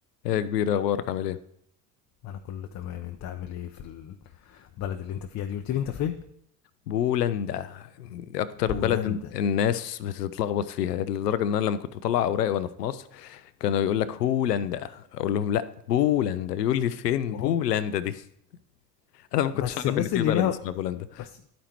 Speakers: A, on the left; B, on the left.
A: ايه يا كبير اخبارك عامل ايه
B: انا كله تمام انت عامل ايه في البلد اللي انت فيها دي قلت لي انت فين
A: بولندا اكتر
B: بولندا
A: بلد ال- الناس بتتلخبط فيها لدرجه ان انا لما كنت بطلع اوراقي وانا في مصر كانوا يقول لك هولندا اقول لهم لا بولندا يقول لي فين
B: وهم
A: بولندا دي <laughs> انا ما كنتش
B: بس
A: اعرف
B: الناس
A: ان في
B: اللي
A: بلد
B: ليها
A: اسمها بولندا
B: بس